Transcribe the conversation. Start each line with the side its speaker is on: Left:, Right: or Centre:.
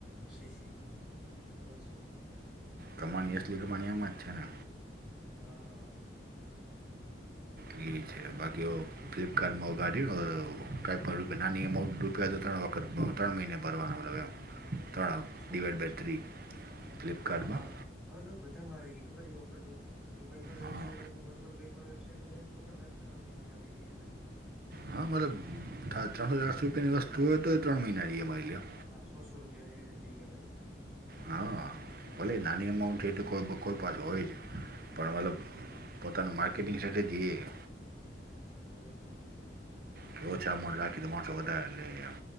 Centre: તો શું.
Right: કમાણી અસલી કમાણી એમાં જ છે ને,
Centre: હા,
Right: ઠીક
Centre: કઈ
Right: હૈ
Centre: ના
Right: બાકીઓ
Centre: કેવાય ભાઈ
Right: ફ ઘર માં ગાડી કંઈ પણ નાની રૂપિયા તો ત્રણ વખત ત્રણ મહિનેનો ભરવાનાનો લગ, ત્રણ
Centre: શું
Right: ડીવાયડ બાય થ્રી. ફ્લિપકાર્ટમાં
Centre: હા હા હવે લો બધામાં ઇ ખબર હ ઓફર તો, તો કોઈ પણ
Right: હા
Centre: વેબસાઈટમાં નોર્મલ કોઈ પણ વેબાઈટમાં જાયને તો પણ તને ત્રણ ઈ એમ આઇ આપી દે એવી રીતે,
Right: હા મતલબ ત્રણસો ચારસો રૂપિયાની વસ્તુ હોય તો એ ત્રણ મહિનાની એમાઈ લે,
Centre: સોસો રૂપિયા ને એવી રીતે ઈ એમ આઈને,
Right: હા ભલે નાની અમાઉન્ટ છે તો કોઈ કોઈ પાસે હોય જ પણ મતલબ,
Centre: હમ હમ હમ
Right: ત મ માર્કેટિંગ સ્ટ્રેટેજી એ,
Centre: હમ હમ હમ,
Right: કેવ ઓછા માઉન્ટ રાખી તો મોણસો વધારે લે એમ,